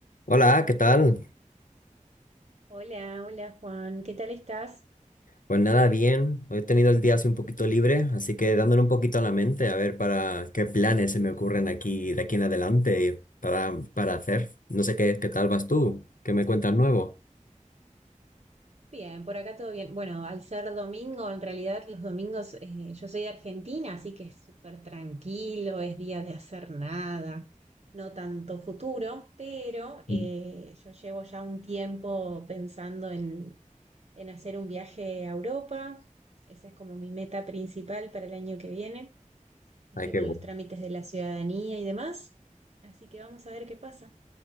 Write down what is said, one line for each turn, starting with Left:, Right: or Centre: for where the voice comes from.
Left: Hola, ¿qué tal?
Right: Hola, hola Juan, ¿qué tal estás?
Left: Pues nada, bien. Hoy he tenido el día así un poquito libre, así que dándole un poquito a la mente a ver para qué planes se me ocurren aquí de aquí en adelante y para, para hacer. No sé qué, qué tal vas tú, qué me cuentas nuevo.
Right: Bien, por acá todo bien. Bueno, al ser domingo, en realidad los domingos, eh, yo soy de Argentina, así que es súper tranquilo, es día de hacer nada, no tanto futuro, pero eh,
Left: Ujú.
Right: yo llevo ya un tiempo pensando en, en hacer un viaje a Europa. Esa es como mi meta principal para el año que viene. Estoy
Left: Ay, qué
Right: con
Left: bueno.
Right: los trámites de la ciudadanía y demás, así que vamos a ver qué pasa.